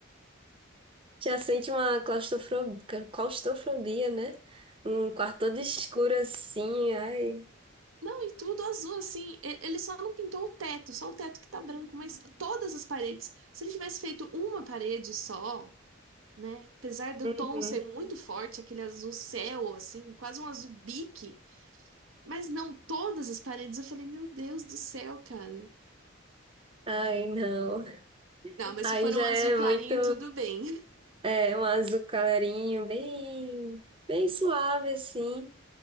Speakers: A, on the right; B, on the right.
A: Já sente uma claustrofobia, claustrofobia, né? Um quarto todo escuro assim, ai.
B: Não, e tudo azul, assim. E- Ele só não pintou o teto, só o teto que tá branco, mas todas as paredes. Se ele tivesse feito uma parede só, né? Apesar do
A: Uhum.
B: tom ser muito forte, aquele azul céu, assim, quase um azul bique. Mas não todas as paredes. Eu falei, meu Deus do céu, cara.
A: Ai, não.
B: Não, mas
A: Aí
B: se for
A: já
B: um azul
A: é
B: clarinho,
A: muito,
B: tudo bem.
A: é, um azul clarinho, bem, bem suave, assim.